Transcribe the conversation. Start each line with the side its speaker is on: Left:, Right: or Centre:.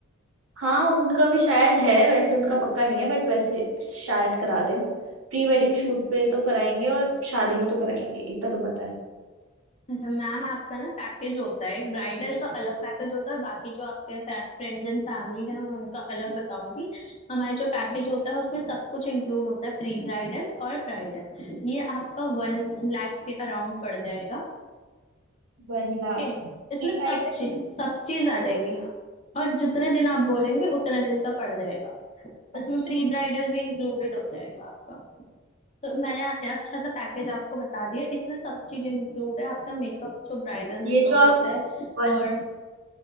Right: हाँ उनका भी शायद है वैसे उनका पक्का नहीं है बट वैसे शायद करा दे प्री वेडिंग शूट पे तो कराएंगे और शादी में तो कराएंगे इतना तो पता है
Left: अच्छा मैम आपका ना पैकेज होता है एक ब्राइडल का अलग पैकेज होता है और बाकी जो आपके फ्रेंड्स एंड फैमिली है मैं उनका अलग बताऊंगी हमारा जो पैकेज होता है उसमें सब कुछ इंक्लूड होता है प्री ब्राइडल और ब्राइडल ये आपका वन लाख के अराउंड पड़ जाएगा
Right: वन लाख
Left: ओके
Right: Pre
Left: इसमें सब
Right: wedding
Left: चीज सब चीज आ जाएगी और जितने दिन आप बोलेंगे उतने दिन का पड़ जाएगा तो
Right: अच्छा
Left: इसमें प्री ब्राइडल भी इंक्लूडेड हो जाएगा आपका तो मैंने आ- अच्छा सा पैकेज आपको बता दिया इसमें सब चीज इंक्लूड है आपका मेकअप जो ब्राइडल मेकअप
Right: ये जो आप
Left: होता है
Right: वन
Left: और